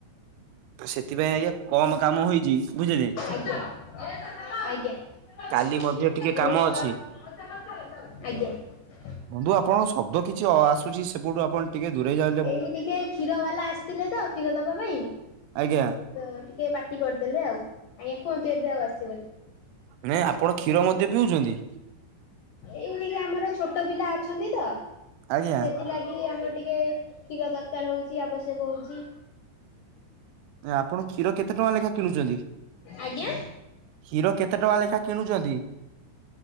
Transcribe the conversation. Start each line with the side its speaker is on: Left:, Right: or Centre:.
Right: ସେଥିପାଇଁ ଆଜ୍ଞା, କମ୍ କାମ ହେଇଛି, ବୁଝିଲେ!
Left: ଆଜ୍ଞା ଆଜ୍ଞା, <inaudible>
Right: କାଲି ମଧ୍ୟ ଟିକେ କାମ ଅଛି।
Left: ଆଜ୍ଞା।
Right: ବନ୍ଧୁ ଆପଣଙ୍କ ଶବ୍ଦ କିଛି ଅ-ଆସୁଛି, ସେପଟୁ ଆପଣ ଟିକ ଦୂରେ ଯାଉ
Left: ଏଇ ଟିକେ କ୍ଷୀର ବାଲା ଆସିଥିଲେ ତ, କ୍ଷୀର ଦବା ପାଇଁ,
Right: ଆଜ୍ଞା
Left: ହୁଁ। ତ ଟିକେ ପାର୍ଟି କରିଦେଲେ ଆଉ, ଆଜ୍ଞା କୁହନ୍ତୁ ଏବେ ଆଉ ଆସିବନି।
Right: ନାଇଁ, ଆପଣ କ୍ଷୀର ମଧ୍ୟ ପିଉଚନ୍ତି?
Left: ଏଇ ଟିକେ ଆମର ଛୋଟ ପିଲା ଅଛନ୍ତି ତ,
Right: ଆଜ୍ଞା।
Left: ସେଥିଲାଗି ଆମର ଟିକେ କ୍ଷୀର ଦରକାର ହଉଚି, ଆବଶ୍ୟକ ହୋଉଚି।
Right: ଆପଣ କ୍ଷୀର କେତେ ଟଙ୍କା ଲେଖାଁ କିଣୁଚନ୍ତି?
Left: ଆଜ୍ଞା
Right: ଖିର କେତେ ଟଙ୍କା ଲେଖାଁ କିଣୁଚନ୍ତି।